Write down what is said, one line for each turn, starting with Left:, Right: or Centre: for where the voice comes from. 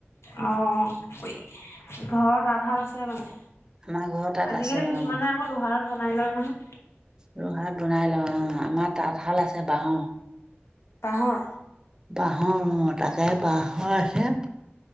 Left: অ', অ'। ঘৰত আধা আছে মানে,
Right: আমাৰ ঘৰ তাত
Left: আজিকালি
Right: আছে
Left: কিছুমানে
Right: অঁ
Left: আকল ত' ভাঢ়াত বনাই লয় নহয়্।
Right: লোহাক বনাই লয় অ', অ'। আমাৰ তাঁতশাল আছে বাহৰ।
Left: কাঁহৰ।
Right: বাঁহৰ অ', তাকে বাঁহৰ আছে।